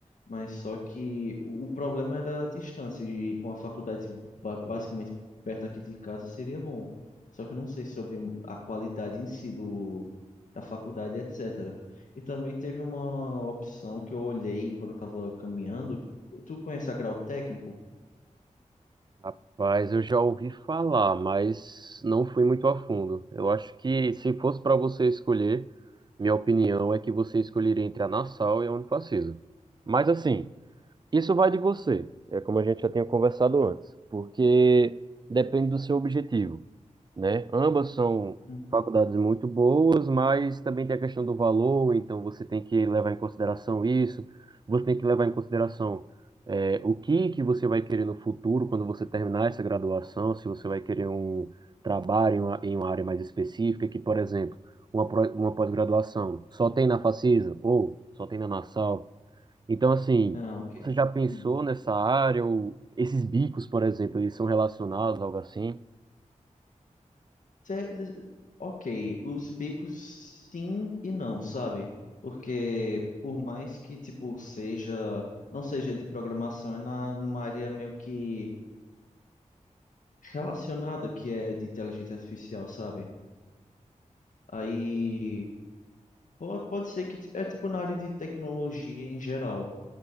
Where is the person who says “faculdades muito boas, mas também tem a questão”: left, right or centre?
Right